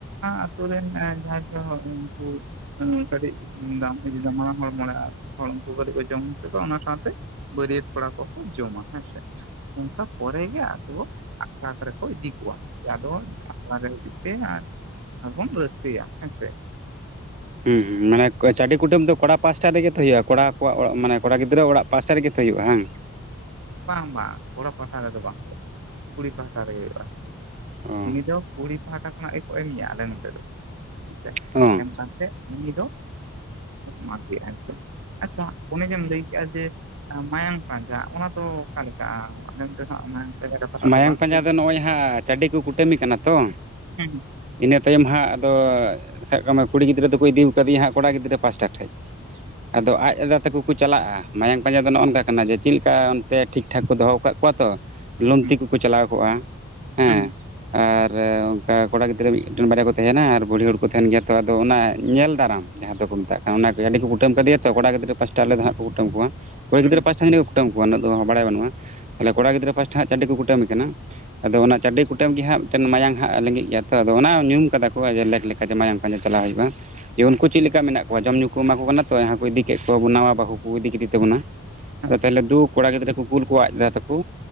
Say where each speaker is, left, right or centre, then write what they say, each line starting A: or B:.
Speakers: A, on the right; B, on the right.
A: ᱟᱛᱩᱨ ᱨᱮᱱ ᱡᱟᱦᱟᱸᱭ ᱠᱚ ᱦᱚᱲ ᱩᱱᱠᱩ ᱠᱟᱹᱴᱤᱡ ᱫᱟ ᱫ ᱦᱚᱲᱢᱚ ᱦᱚᱲ ᱠᱚ ᱠᱚ ᱡᱚᱢ ᱦᱚᱪᱚ ᱚᱱᱟ ᱥᱟᱶᱛᱮ ᱵᱟᱹᱨᱭᱟᱹᱛ ᱠᱚᱲᱟ ᱠᱚᱠᱚ ᱡᱚᱢᱟ ᱦᱮᱸ ᱥᱮ ᱚᱱᱠᱟ ᱯᱚᱨᱮ ᱜᱮ ᱟᱫᱚ ᱟᱠᱷᱲᱟ ᱠᱚᱨᱮᱠᱚ ᱤᱫᱤ ᱠᱚᱣᱟ ᱟᱫᱚ ᱟᱠᱷᱲᱟ ᱨᱮ ᱦᱤᱡᱩᱜ ᱠᱟᱱᱟ ᱛᱮ ᱟᱨ ᱟᱨᱵᱚᱱ ᱨᱟᱹᱥᱠᱟᱹᱭᱟ ᱦᱮᱸ ᱥᱮ
B: ᱦᱮᱸ ᱦᱮᱸ ᱢᱟᱱᱮ ᱪᱟᱹᱰᱤ ᱠᱩᱴᱟᱹᱢ ᱫᱚ ᱠᱚᱲᱟ ᱯᱟᱥᱟᱴᱟ ᱨᱮᱜᱮ ᱦᱩᱭᱩᱜᱼᱟ ᱠᱚᱲᱟ ᱠᱚᱣᱟᱜ ᱢᱟᱱᱮ ᱠᱚᱲᱟ ᱜᱤᱫᱽᱨᱟᱹ ᱚᱲᱟᱜ ᱯᱟᱥᱴᱟ ᱨᱮᱜᱮ ᱦᱩᱭᱩᱜᱼᱟ ᱵᱟᱝᱟᱝ <inaudible>
A: ᱵᱟᱝ ᱵᱟᱝ ᱠᱚᱲᱟ ᱯᱟᱦᱴᱟ ᱨᱮᱫᱚ ᱵᱟᱝ ᱦᱩᱭᱩᱜᱼᱟ ᱠᱩᱲᱤ ᱯᱟᱦᱴᱟ ᱨᱮᱜᱮ ᱦᱩᱭᱩᱜᱼᱟ
B: ᱚ
A: ᱩᱱᱤ ᱫᱚ ᱠᱩᱲᱤ ᱯᱟᱦᱟᱴᱟ ᱠᱷᱚᱱᱟᱜ ᱜᱮᱠᱚ ᱮᱢᱤᱭᱟ ᱟᱞᱮ ᱱᱚᱛᱮ ᱫᱚ ᱦᱮ ᱥᱮ
B: ᱚ <inaudible>
A: ᱮᱢ ᱠᱟᱛᱮᱫ ᱩᱱᱤ ᱫᱚ ᱢᱟᱜᱮᱜᱼᱟ ᱦᱮᱸ ᱥᱮ ᱟᱪᱪᱷᱟ ᱚᱱᱮ ᱡᱮᱢ ᱞᱟᱹᱭ ᱠᱮᱫᱼᱟ ᱡᱮ ᱢᱟᱭᱟᱝ ᱯᱟᱸᱡᱟ ᱚᱱᱟ ᱫᱚ ᱚᱠᱟᱞᱮᱠᱟ ᱟᱞᱮ ᱱᱚᱛᱮ ᱫᱚ ᱦᱟᱸᱜ ᱯᱟᱸᱡᱟ ᱠᱟᱛᱷᱟᱴᱟᱜ
B: ᱢᱟᱭᱟᱝ
A: ᱫᱚ ᱵᱟᱝ
B: ᱯᱟᱸᱡᱟ
A: ᱟᱸᱡᱚᱢ
B: ᱫᱚ ᱱᱚᱜᱼᱚᱭ ᱦᱟᱸᱜ ᱪᱟᱹᱰᱤ ᱠᱚ ᱠᱩᱴᱟᱹᱢᱤ ᱮ ᱠᱟᱱᱟ ᱛᱚ
A: ᱦᱩᱸ
B: ᱤᱱᱟᱹ ᱛᱟᱭᱚᱢ ᱦᱟᱸᱜ ᱟᱫᱚ ᱥᱟᱵ ᱠᱟᱜ ᱢᱮ ᱠᱩᱲᱤ ᱜᱤᱫᱽᱨᱟᱹ ᱫᱚᱠᱚ ᱤᱫᱤ ᱟᱠᱟᱫᱮᱭᱟ ᱦᱟᱸᱜ ᱠᱚᱲᱟ ᱜᱤᱫᱽᱨᱟᱹ ᱯᱟᱥᱴᱟ ᱴᱷᱮᱡ ᱟᱫᱚ ᱟᱡ ᱟᱫᱟ ᱛᱟᱠᱚ ᱠᱚ ᱪᱟᱞᱟᱜᱼᱟ ᱢᱟᱭᱟᱝ ᱯᱟᱸᱡᱟ ᱫᱚ ᱱᱚᱜᱚ ᱱᱚᱝᱠᱟ ᱠᱟᱱᱟ ᱡᱮ ᱪᱮᱫ ᱞᱮᱠᱟ ᱚᱱᱛᱮ ᱴᱷᱤᱠ ᱴᱷᱟᱠ ᱠᱚ ᱫᱚᱦᱚ ᱟᱠᱟᱫ ᱠᱚᱣᱟ ᱛᱚ ᱞᱚᱝᱛᱤ
A: ᱦᱩᱸ
B: ᱠᱚᱠᱚ ᱪᱟᱞᱟᱣ ᱠᱚᱜᱼᱟ ᱦᱮᱸ
A: ᱦᱩᱸ
B: ᱟᱨ ᱚᱱᱠᱟ ᱠᱚᱲᱟ ᱜᱤᱫᱽᱨᱟᱹ ᱢᱤᱫᱴᱮᱱ ᱵᱟᱨᱭᱟ ᱠᱚ ᱛᱟᱦᱮᱱᱟ ᱟᱨ ᱵᱩᱲᱦᱤ ᱦᱚᱲ ᱠᱚ ᱛᱟᱦᱮᱱ ᱜᱮᱭᱟ ᱛᱚ ᱟᱫᱚ ᱚᱱᱟ ᱧᱮᱞ ᱫᱟᱨᱟᱢ ᱡᱟᱦᱟᱸ ᱫᱚᱠᱚ ᱢᱮᱛᱟᱜ ᱠᱟᱱᱟ ᱚᱱᱟ <unintelligible> ᱠᱚ ᱠᱩᱴᱟᱹ ᱠᱟᱫᱮᱭᱟ ᱛᱚ ᱠᱚᱲᱟ ᱜᱤᱫᱽᱨᱟᱹ ᱯᱟᱥᱟᱴᱟ ᱟᱜ ᱫᱚ ᱦᱟᱸᱜ ᱠᱚ ᱠᱩᱴᱟᱹᱢ ᱠᱚᱣᱟ ᱠᱩᱲᱟ
A: ᱦᱩᱸ
B: ᱜᱤᱫᱽᱨᱟᱹ ᱯᱟᱥᱴᱟ ᱡᱟᱱᱤᱡ ᱠᱚ ᱠᱩᱴᱟᱹᱢ ᱠᱚᱣᱟ ᱩᱱᱟᱹᱜ ᱫᱚ ᱵᱟᱲᱟᱭ ᱵᱟᱹᱱᱩᱜᱼᱟ ᱛᱟᱦᱚᱞᱮ ᱠᱚᱲᱟ ᱜᱤᱫᱽᱨᱟᱹ ᱯᱟᱥᱴᱟ ᱦᱟᱸᱜ ᱪᱟᱹᱰᱤ ᱠᱚ ᱠᱩᱴᱟᱹᱢ ᱮ ᱠᱟᱱᱟ ᱟᱫᱚ ᱚᱱᱟ ᱪᱟᱰᱤ ᱠᱩᱴᱟᱹᱢ ᱜᱮ ᱦᱟᱸᱜ ᱢᱤᱫᱴᱮᱱ ᱢᱟᱭᱟᱝ ᱦᱟᱸᱜ ᱞᱸᱜᱤᱜ ᱜᱮᱭᱟ ᱛᱚ ᱟᱫᱚ ᱚᱱᱟ ᱧᱩᱢ ᱟᱠᱟᱫᱟ ᱠᱚ <unintelligible> ᱵᱟᱠᱷᱟᱡ ᱫᱚ ᱢᱟᱭᱟᱢ ᱯᱟᱸᱡᱟ ᱪᱟᱞᱟᱜ ᱦᱩᱭᱩᱜᱼᱟ ᱡᱮ ᱩᱱᱠᱩ ᱪᱮᱫ ᱞᱮᱠᱟ ᱢᱮᱱᱟᱜ ᱠᱚᱣᱟ ᱡᱚᱢ ᱧᱩ ᱠᱚ ᱮᱢᱟ ᱠᱚ ᱠᱟᱱᱟ ᱛᱚ ᱡᱟᱦᱟᱸᱭ ᱠᱚ ᱤᱫᱤ ᱠᱮᱫ ᱠᱚᱣᱟ ᱟᱵᱚ ᱱᱟᱣᱟ ᱵᱟᱹᱦᱩ ᱠᱚ ᱤᱫᱤ ᱠᱮᱫᱮ ᱛᱟᱵᱚᱱᱟ
A: ᱦᱩᱸ
B: ᱟᱫᱚ
A: ᱦᱩᱸ
B: ᱛᱟᱦᱞᱮ ᱫᱩ ᱠᱚᱲᱟ ᱜᱤᱫᱽᱨᱟᱹ ᱠᱚ ᱠᱩᱞ ᱠᱚᱣᱟ ᱟᱡ ᱫᱟᱫᱟ ᱛᱟᱠᱚ